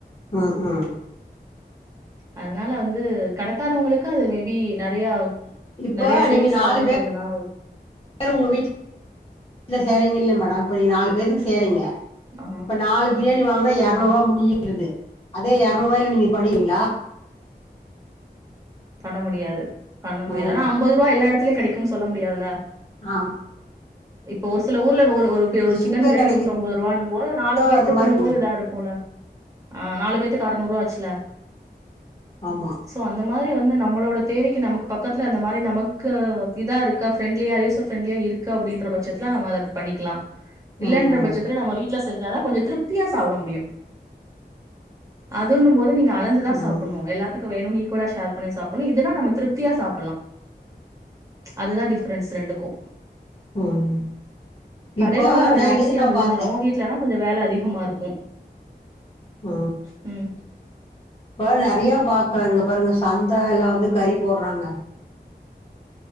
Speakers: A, on the left; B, on the right.
A: ஆ ஆ
B: அதுனால வந்து கடைக்காரவங்களுக்கு அது மேபி நெறைய
A: இப்போ
B: நெறைய சேல்ஸ்
A: நீங்க நாலு
B: ஆகுன்றதுனால
A: பே சரி உங்க வீட்ல சேறீங்க இல்ல மேடம் இப்ப நீ நாலு பேருக்கு சேறீங்க
B: ஆமா
A: இப்ப நாலு பிரியாணி வாங்குனா இரநூறு
B: ஆமா
A: ரூவா முடிஞ்சுடுது அதே இரநூறு ரூவால நீங்க பண்ணுரூவீங்களா
B: பண்ண முடியாது பண்ண முடியாது
A: ம்
B: ஆனா அம்பது ரூவா எல்லா எடத்துலயும் கிடைக்குன் சொல்ல முடியாதுல்ல
A: ஆம்
B: இப்போ ஒரு சில ஊர்ல ஒரு ஒரு ஒரு சிக்கன்
A: எங்க
B: பிரியாணி
A: கெடைக்குதோ
B: நூத்தம்பது ரூவானும் போது நாலு பேத்துக்குணும்
A: அது மாரி
B: போது இதா இருக்குல ஆ நாலு பேத்துக் அறநூறுவா ஆச்சுல
A: ஆமா
B: சோ அந்தம் இந்த மாரி வந்து நம்மளோட தேவைக்கு நமக்கு பக்கத்துல அந்த மாரி நமக்கு இதா இருக்கா ஃப்ரெண்ட்லியா யூசர் ஃப்ரண்ட்லியா இருக் கு அப்டின்ற பட்சத்துல நம்ம அத பண்ணிக்கலாம் இல்லன்ற
A: ம்
B: பட்சத்துல நம்ம வீட் ல செஞ்சாதான் கொஞ்ச திருப்தியா சாப்ட முடியும் அதுன்னு மோது நீங்க அ கலந்துதான்
A: ம்
B: சாப்புணும் எல்லாத்துக்கு வேணுன் இக்குவலா ஷேர் பண்ணி சாப்புணும் இதுனா நம்ம திருப்தியா சாப்பலாம் அதுதான் டிஃப்ரன்ஸ் ரெண்டுக்கும்
A: ம்
B: கடேல
A: இப்போ
B: வாங்குனா வேல
A: நெறைய
B: ஈஸியா
A: நா
B: முடிஞ்சுடும்
A: பாத்தே
B: வீட்லனா கொஞ்ஜோ வேல அதிகமாருக்கும்
A: ஒ
B: ம்
A: இப்ப நெறைய பாக்றோம் இங்க பாருங்க சந்த எல்லா வந்து கறி போடுறாங்க